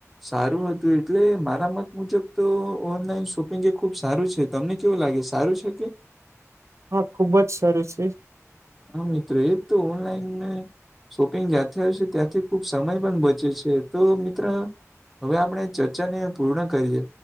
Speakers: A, in the centre; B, on the right.
A: સારું હતું એટલે મારે અમત મુજબ તો શોપિંગ ખુબ સારું છે તમને કેવું લાગે સારું છે કે
B: હા ખુબ જ સારું છે
A: હ મિત્રો એ તો ઓનલાઈનને શોપિંગ જ્યાંથી આવ છે ત્યાંથી ખુબ સમય પણ બચે છે તો મિત્ર હવે આપણે ચર્ચા ને પૂર્ણ કરીએ